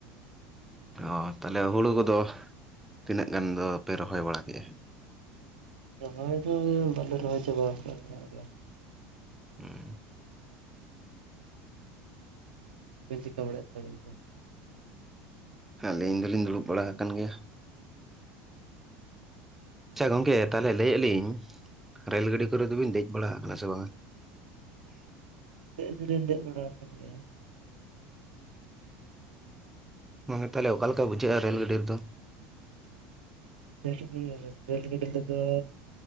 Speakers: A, in the centre; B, on the right (about 75°).
A: ᱚ ᱛᱟᱦᱚᱞᱮ ᱦᱩᱲᱩ ᱠᱚᱫᱚ ᱛᱤᱱᱟᱹᱜ ᱜᱟᱱ ᱫᱚᱯᱮ ᱨᱚᱦᱚᱭ ᱵᱟᱲᱟ ᱠᱮᱜᱼᱟ?
B: ᱨᱚᱦᱚᱭ ᱫᱚ ᱵᱟᱞᱮ ᱨᱚᱦᱚᱭ ᱪᱟᱵᱟᱣᱠᱟᱜᱼᱟ ᱢᱮᱱᱟᱜ ᱜᱮᱭᱟ᱾
A: ᱩᱸ᱾
B: ᱵᱤᱱ ᱪᱤᱠᱟ ᱵᱟᱲᱟᱭᱮᱛ ᱛᱮ ᱟᱵᱮᱱ ᱫᱚ?
A: ᱟᱹᱞᱤᱧ ᱫᱚᱞᱤᱧ ᱫᱩᱲᱩᱵ ᱵᱟᱲᱟ ᱠᱟᱱ ᱜᱮᱭᱟ᱾ ᱟᱪᱪᱷᱟ ᱜᱚᱢᱠᱮ ᱛᱟᱦᱚᱞᱮ ᱞᱟᱹᱭ ᱟᱹᱞᱤᱧ ᱨᱮᱹᱞ ᱜᱟᱹᱰᱤ ᱠᱚᱨᱮ ᱫᱚᱵᱤᱱ ᱫᱮᱡ ᱵᱟᱲᱟ ᱠᱟᱱᱟ ᱥᱮ ᱵᱟᱝᱟ?
B: ᱫᱮᱡ ᱫᱚᱞᱤᱧ ᱫᱮᱡ ᱵᱟᱲᱟ ᱠᱟᱱ ᱜᱮᱭᱟ᱾
A: ᱜᱚᱝᱠᱮ ᱛᱟᱦᱚᱞᱮ ᱚᱠᱟ ᱞᱮᱠᱟ ᱵᱩᱡᱷᱟᱹᱜᱼᱟ ᱨᱮᱞ ᱜᱟᱹᱰᱤ ᱨᱮᱫᱚ?
B: <unintelligible> ᱨᱮᱞ‌ ᱜᱟᱹᱰᱤ ᱨᱮᱫᱚ